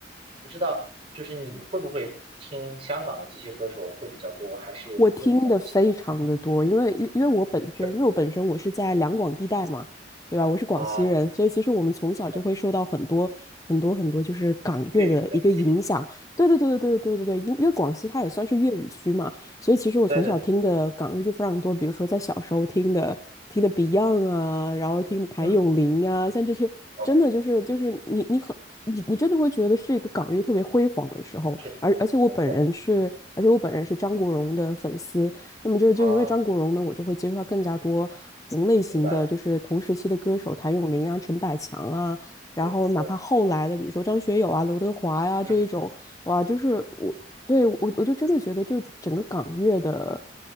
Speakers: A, on the right; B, on the left.
A: 不知道就是你会不会听香港的这些歌手会比较多，还是你又比较有习惯，
B: 我听的非常的多，因为因因为我本身，
A: 是吧？
B: 因为我本身我是在两广地带嘛，对吧？我是广西人，
A: 啊
B: 所以其实我们从小就会受到很多很多很多就是港乐的一个影响。
A: ，OK，粤语的这些音乐啊，
B: 对对对对对对对对，因因为广西它也算是粤语区嘛，所以其实我从小听的港乐就非常多，
A: 对对对，
B: 比如说在小时候听的听的 Beyond 啊，然后听的谭咏麟啊，
A: 嗯
B: 像这些真的就是就是你你很你你真的会觉得是一个港乐特别辉煌的时候，
A: ，OK，是，
B: 而而且我本人是，
A: 没错，
B: 而且我本人是张国荣的粉丝，那么就就因为张国荣呢，
A: 啊，
B: 我就会接触到更加多同类型的，
A: 明白了，
B: 就是同时期的歌手，谭咏麟啊、陈百强啊，然后哪怕后来的，
A: 对对，
B: 比如说张学友啊、刘德华呀、这一种，
A: 嗯
B: 哇，就是我对我我就真的觉得，就整个港乐的，